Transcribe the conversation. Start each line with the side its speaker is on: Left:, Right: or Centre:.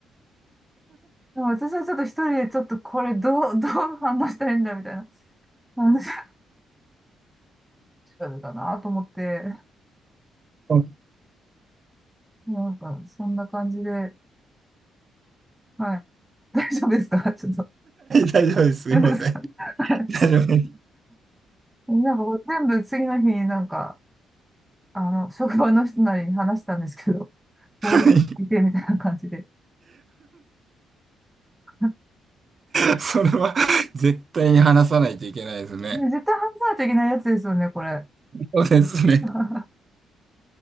Centre: も私はちょっと一人でちょっとこれどう、どう反応したらいいんだ、みたいな。話がチュールだなと思って、
Right: はい
Centre: なんか、そんな感じで、はい。大丈夫ですかちょっと。
Right: 大丈夫です。
Centre: <laughs>
Right: すいません。
Centre: 大丈夫ですかはい
Right: 大丈夫です。
Centre: なんか全部次の日になんか、あの、職場の人なりに話したんですけど、<laughs>
Right: は
Centre: こう言ってみたいな感じで。<laughs>
Right: い。<laughs> それは絶対に話さないといけないですね。
Centre: ね絶対話さないといけないやつですよね、これ。
Right: そうですね。
Centre: <laughs>